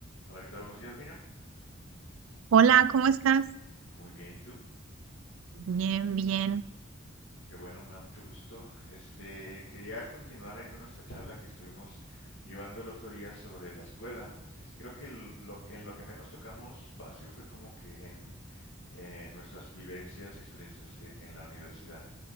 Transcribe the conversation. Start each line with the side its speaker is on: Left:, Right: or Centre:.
Left: Hola, ¿qué tal? Buenos días, Miriam.
Right: Hola, ¿cómo estás?
Left: Muy bien, ¿y tú?
Right: Bien, bien.
Left: Qué bueno, me da mucho gusto. Este, quería continuar ahí con nuestra charla que estuvimos llevando el otro día sobre la escuela. Este, creo que el- lo, en lo que menos tocamos base fue como que en, en nuestras vivencias, experiencias e- en la universidad.